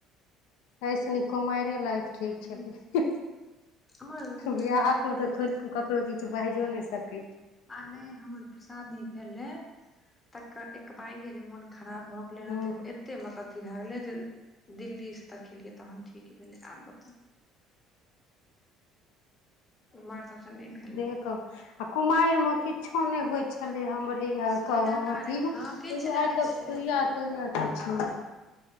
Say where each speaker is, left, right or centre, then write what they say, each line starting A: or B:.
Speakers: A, on the left; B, on the left.
A: तैएसे निक कुमारे लाइफ
B: हूँ
A: ठीक छलै
B: हमर तऽ बुझियौ
A: बिहाअ
B: बियाह
A: मे
B: भेलै
A: तऽ कोइ ककरो दैख कुछौ बाजियौ नहि सकै
B: आ नहि हमर शादी भेले, तकर एकबायगे जे मोन खराब भऽ गेलै
A: हूँ
B: हैं तै मे एते मतलब अथी भाए गेलै जे दिल्लीसँ दैखेलियै तहन ठीक भेलै आब बताउ। मां सबसँ नहि भेलै।
A: कब? आ कुमाएर में किछो ने होइत छले हमर भैया
B: सीधा
A: अथी,
B: रे हँ किछु
A: एगो
B: नहि
A: आइ
B: होइ
A: तक
B: छै
A: सुइया तुइया किछ नै।